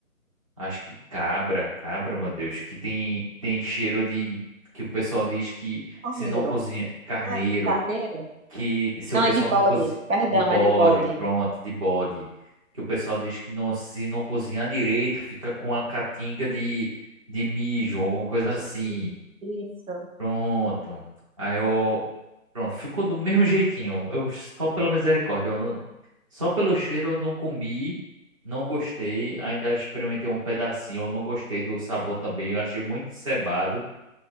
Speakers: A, on the right; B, on the right.
A: Acho que cabra, cabra, meu Deus, que tem, tem cheiro de. Que o pessoal diz que
B: Carneiro,
A: se não cozinha. Carneiro,
B: né? De carneiro?
A: que se
B: Não,
A: o pessoal
B: é de bode.
A: não cozinha.
B: Perdão,
A: De bode,
B: é de bode.
A: pronto, de bode. Que o pessoal diz que não, se não cozinhar direito, fica com a catinga de, de mijo, alguma coisa
B: Xixi.
A: assim.
B: Isso.
A: Pronto. Aí eu. Pronto, ficou do mesmo jeitinho. Eu só pela misericórdia. eu- só pelo cheiro eu não comi, não gostei. Ainda experimentei um pedacinho. Eu não gostei do sabor também. Eu achei muito cebado.